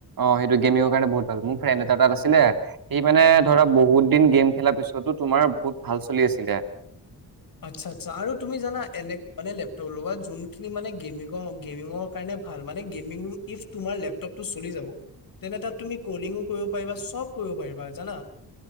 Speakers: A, on the right; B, on the left.
A: অ সেইটো গেমিংঙৰ কাৰণে বহুত ভাল মোৰ ফ্ৰেণ্ড এটা তাত আছিলে সি মানে ধৰা বহুত দিন গেম খেলাৰ পিছত- টো তোমাৰ বহুত ভাল চলি আছিলে।
B: ' <unintelligible> আচ্ছা আচ্ছা। আৰু তুমি জানা এনেই মানে লেপটপ লগোৱা যোনখিনি মানে গেমিঙ গেমিঙৰ কাৰণে- ভাল মানে গেমিংঙৰ ইফ তোমাৰ লেপটপ তো চলি জাব। তেনে তা'ত তুমি কলিঙো কৰিব পাৰিবা চব কৰিব পাৰিবা জানা।